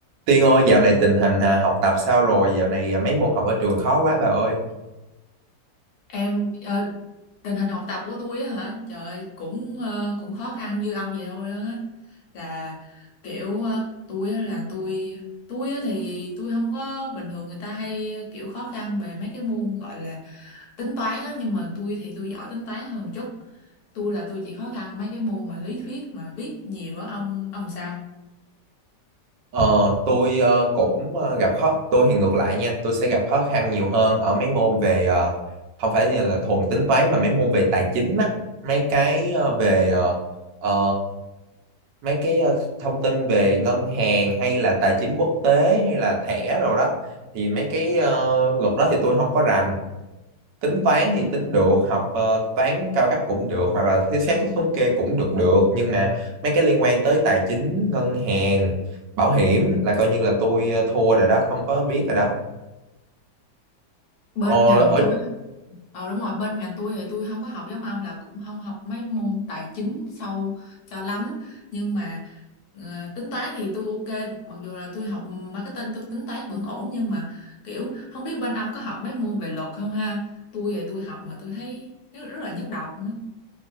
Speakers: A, on the right; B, on the left.
A: Tiên ơi, dạo này tình hình à, học tập sao rồi? Dạo này à, mấy môn học ở trường khó quá bà ơi.
B: em ờ, tình hình học tập của tôi á hả trời ơi, cũng ờ, cũng khó khăn như ông vậy thôi đó á là kiểu ờ, tôi á là tôi tôi á thì tôi không có bình thường người ta hay kiểu khó khăn về mấy cái môn gọi là tính toán á nhưng mà tôi thì tôi giỏi tính toán hơn chút tôi là tôi chỉ khó khăn mấy cái môn mà lý thuyết mà viết nhiều á ông ông sao
A: Ờ, tôi ờ, cũng ờ, gặp khó, tôi thì ngược lại nha, tôi sẽ gặp khó khăn nhiều hơn ở mấy môn về ờ, không phải là là thuần tính toán mà mấy môn về tài chính á, mấy cái ờ, về ờ, ờ, mấy cái ờ, thông tin về ngân hàng hay là tài chính quốc tế hay là thẻ rồi đó. Thì mấy cái ờ, luật đó thì tôi không có rành tính toán thì tính được học ờ, toán cao cấp cũng được hoặc là thiết xác thuốc thống kê cũng được được nhưng mà mấy cái liên quan tới tài chính ngân hàng bảo hiểm là coi như là tôi ờ, thua rồi đó không có biết rồi đó
B: bên
A: ờ,
B: ngành
A: ở
B: tôi Ờ đúng rồi, bên ngành tôi thì tôi không có học giống ông là cũng không học mấy môn tài chính sâu cho lắm nhưng mà ờ, tính toán thì tôi ok mặc dù là tôi học marketing tôi tính toán vẫn ổn nhưng mà kiểu không biết bên ông có học mấy môn về luật không ha tôi thì tôi học mà tôi thấy rất, rất là nhức đầu luôn á